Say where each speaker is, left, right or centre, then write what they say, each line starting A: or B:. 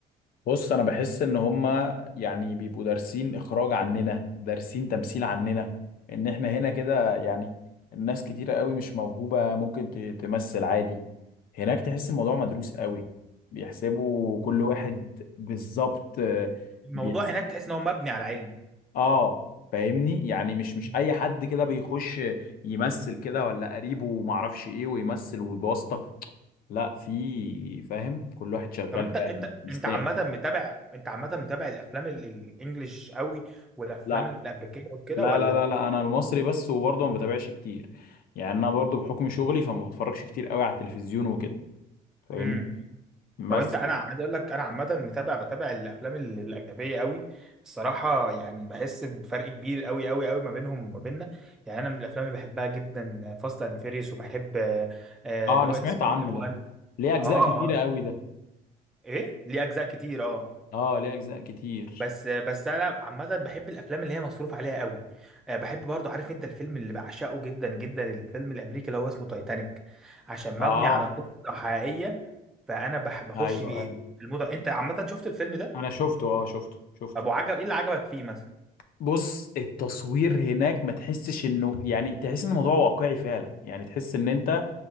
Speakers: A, on the left; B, in the centre.
A: بص انا بحس ان هما يعني بيبقوا دارسين اخراج عننا دارسين تمثيل عننا ان احنا هنا كده يعني الناس كتيرة قوي مش موهوبة ممكن ت- تمثل عادي هناك تحس الموضوع مدروس قوي بيحسبوا كل واحد بالظبط آه،
B: الموضوع
A: بيحسب
B: هناك تحس ان هو مبني على علم
A: اه فاهمني يعني مش مش
B: مم.
A: اي حد كده بيخش يمثل كده ولا قريبه معرفش ايه ويمثل والواسطة لا في فاهم كل واحد شغال
B: طب انت انت
A: فعلا يستاهل
B: انت عامه متابع انت عامه متابع الافلام ال- الانجليش قوي والافلام
A: لا
B: الامريكيه وكده
A: لا
B: ولا
A: لا لا لا انا المصري بس وبرضه ما بتابعش كتير يعني انا برضه بحكم شغلي فما بتفرجش كتير قوي على التلفزيون وكده فاهمني
B: مم.
A: بس
B: طب انت انا عايز اقول لك انا عامه متابع بتابع الافلام ال- الاجنبيه قوي الصراحه يعني بحس بفرق كبير قوي قوي قوي ما بينهم وما بيننا يعني انا من الافلام اللي بحبها جدا فاست اند فيريوس وبحب آه، آه،
A: اه
B: اللي
A: انا
B: هو
A: سمعت
B: اكسبندبل
A: عنه
B: 1
A: ده ليه اجزاء
B: اه
A: كتيره
B: اه
A: قوي ده
B: ايه ليه اجزاء كتير اه
A: اه ليه اجزاء كتير
B: بس بس انا عامه بحب الافلام اللي هي مصروف عليها قوي آه، بحب برضو عارف انت الفيلم اللي بعشقه جدا جدا الفيلم الامريكي اللي هو اسمه تايتانيك عشان
A: اه
B: مبني على قصه حقيقيه فانا بح- بخش
A: ايوه
B: في إيه؟
A: ايوه
B: في الموضوع انت عامه شفت الفيلم ده
A: انا شفته اه شفته شفته
B: طب وعجب ايه اللي عجبك فيه مثلا
A: بص التصوير هناك ما تحسش انه يعني تحس ان الموضوع واقعي فعلا يعني تحس ان انت